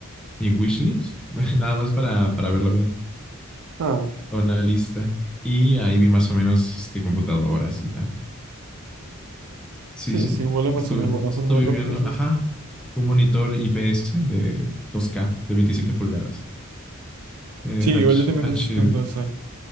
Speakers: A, in the centre; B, on the right.
A: mi wishlist, <laughs> nada más para, para verlo bien.
B: Ah,
A: a una lista. Y ahí vi más o menos este, computadoras y tal. Sí,
B: sí,
A: sí.
B: sí, igual Amazon
A: Estuve,
B: es buena
A: estuve
B: forma de ver
A: viendo,
B: los peces.
A: ajá, un monitor IPS de 2K de 27 pulgadas. Eh,
B: Sí, igual
A: H,
B: yo también
A: H,
B: voy buscando esa.